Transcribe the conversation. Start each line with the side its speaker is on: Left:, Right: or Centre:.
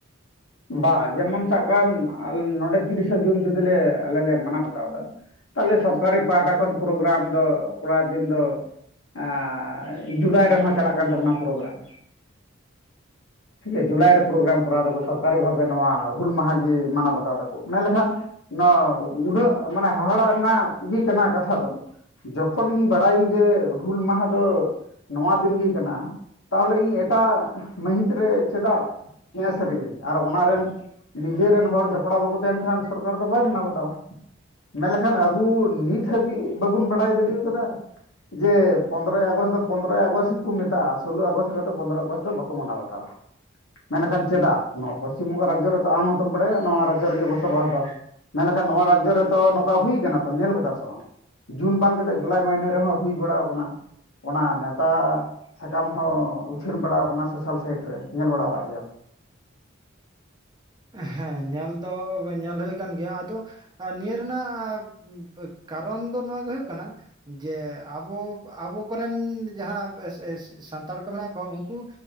Left: ᱵᱟ ᱡᱮᱢᱚᱱ ᱥᱟᱵ ᱠᱟᱜᱢ ᱱᱚᱰᱮ ᱛᱤᱨᱤᱥᱟ ᱡᱩᱱ ᱡᱩᱫᱤ ᱞᱮ ᱟᱞᱮ ᱞᱮ ᱢᱟᱱᱟᱣ ᱵᱟᱛᱟᱣ ᱫᱟ ᱛᱟᱦᱚᱞᱮ ᱥᱚᱨᱠᱟᱨᱤ ᱯᱟᱦᱴᱟ ᱠᱷᱚᱱ ᱯᱨᱳᱜᱨᱟᱢ ᱫᱚ ᱠᱚᱲᱟ ᱫᱤᱱ ᱫᱚ ᱟᱸᱻ ᱡᱩᱞᱟᱭ ᱨᱮᱦᱚᱸ ᱪᱟᱞᱟᱜ ᱠᱟᱱ ᱛᱟᱵᱚᱱᱟ ᱯᱨᱳᱜᱨᱟᱢ ᱴᱷᱤᱠ ᱜᱮᱭᱟ ᱡᱩᱞᱟᱭ ᱨᱮ ᱯᱨᱜᱨᱟᱢ ᱠᱚᱨᱟᱣ ᱫᱟ ᱠᱚ ᱥᱚᱨ ᱠᱟᱨᱤ ᱵᱷᱟᱵᱮ ᱱᱚᱣᱟ ᱦᱩᱞ ᱢᱟᱦᱟ ᱜᱤ ᱢᱟᱱᱟᱣ ᱵᱟᱛᱟᱣ ᱫᱟᱠᱚ ᱢᱮᱱ ᱞᱮᱠᱷᱟᱱ ᱱᱚᱣᱟ ᱩᱰᱹᱜ ᱢᱟᱱᱮ ᱦᱟᱦᱟᱲᱟᱜ ᱨᱮᱱᱟᱜ ᱜᱤ ᱠᱟᱱᱟ ᱠᱟᱛᱷᱟ ᱫᱚ ᱡᱚᱠᱷᱚᱱ ᱤᱧ ᱵᱟᱲᱟᱭᱟᱹᱧ ᱡᱮ ᱦᱩᱞ ᱢᱟᱦᱟ ᱫᱚ ᱱᱚᱣᱟ ᱫᱤᱱ ᱜᱮ ᱠᱟᱱᱟ ᱛᱟᱦᱚᱞᱮ ᱤᱧ ᱮᱴᱟᱜ ᱢᱟᱹᱦᱤᱛ ᱨᱮ ᱪᱮᱫᱟᱜ ᱦᱮᱸ ᱥᱟᱹᱨᱤᱭᱟᱹᱧ ᱟᱨ ᱚᱱᱟ ᱨᱮᱱ ᱱᱤᱡᱮᱨ ᱨᱤᱱ ᱦᱚᱲ ᱡᱚᱯᱲᱟᱣ ᱵᱟᱠᱚ ᱛᱟᱦᱮᱱ ᱠᱷᱟᱱ ᱥᱚᱨᱠᱟᱨ ᱫᱚ ᱵᱟᱭ ᱢᱟᱱᱟᱣ ᱵᱟᱛᱟᱣᱟ ᱢᱮᱱ ᱞᱮᱠᱷᱟᱱ ᱟᱵᱚ ᱱᱤᱛ ᱦᱟᱹᱵᱤᱡ ᱵᱟᱵᱚᱱ ᱵᱟᱲᱟᱭ ᱫᱟᱲᱤ ᱠᱟᱫᱟ ᱡᱮ ᱯᱚᱱᱫᱽᱨᱚᱭ ᱟᱜᱚᱥᱴ ᱫᱚ ᱯᱚᱱᱫᱽᱨᱚᱭ ᱟᱜᱚᱥᱴ ᱜᱮᱠᱚ ᱢᱮᱛᱟᱜᱼᱟ ᱥᱳᱞᱳ ᱟᱜᱚᱥᱴ ᱨᱮᱫᱚ ᱯᱚᱱᱨᱚ ᱟᱜᱚᱥᱴ ᱫᱚ ᱵᱟᱠᱚ ᱢᱟᱱᱟᱣ ᱵᱟᱛᱟᱣᱟ ᱢᱮᱱᱠᱷᱟᱱ ᱪᱮᱫᱟᱜ ᱱᱚᱣᱟ ᱯᱚᱥᱪᱤᱢ ᱵᱚᱝᱜ ᱨᱟᱡᱽᱡᱚ ᱨᱮᱛᱚ ᱟᱢ ᱦᱚᱸᱛᱚᱢ ᱵᱟᱲᱟᱭᱟ ᱱᱚᱣᱟ ᱨᱟᱡᱽᱡᱚ ᱨᱮᱜᱮ ᱵᱚᱥᱚᱵᱟᱥ ᱫᱚᱟᱢ ᱢᱮᱱ ᱞᱠᱷᱟᱱ ᱱᱚᱣᱟ ᱨᱟᱡᱽᱡᱚ ᱨᱮᱛᱚ ᱱᱚᱝᱠᱟ ᱦᱩᱭ ᱠᱟᱱᱟ ᱛᱚ ᱧᱮᱞ ᱠᱟᱫᱟᱢ ᱥᱮ ᱵᱟᱝ ᱡᱩᱱ ᱵᱟᱝ ᱠᱟᱛᱮᱫ ᱡᱩᱞᱟᱭ ᱢᱟᱹᱦᱱᱟᱹ ᱨᱮᱦᱚᱸ ᱦᱩᱭ ᱵᱟᱲᱟᱣ ᱠᱟᱱᱟ ᱚᱱᱟ ᱱᱮᱶᱛᱟ ᱥᱟᱠᱟᱢ ᱦᱚᱸ ᱩᱪᱷᱟᱹᱱ ᱵᱟᱲᱟᱣ ᱠᱟᱱᱟ ᱥᱳᱥᱟᱞ ᱥᱟᱭᱤᱴ ᱨᱮ ᱧᱮᱞ ᱵᱟᱲᱟ ᱠᱟᱜ ᱜᱮᱭᱟᱢ
Right: ᱦᱮᱸ ᱧᱮᱞ ᱫᱚ ᱧᱮᱞ ᱦᱩᱭ ᱠᱟᱱ ᱜᱮᱭᱟ ᱟᱫᱚ ᱱᱤᱭᱟᱹ ᱨᱮᱱᱟᱜ ᱠᱟᱨᱚᱱ ᱫᱚ ᱱᱚᱣᱟ ᱜᱮ ᱦᱩᱭᱩᱜ ᱠᱟᱱᱟ ᱡᱮ ᱟᱵᱚ ᱟᱵᱚ ᱠᱚᱨᱮᱱ ᱡᱟᱦᱟᱸ ᱮᱥ ᱮᱥ ᱥᱟᱱᱛᱟᱲ ᱠᱚ ᱢᱮᱱᱟᱜ ᱠᱚᱣᱟ ᱩᱝᱠᱩ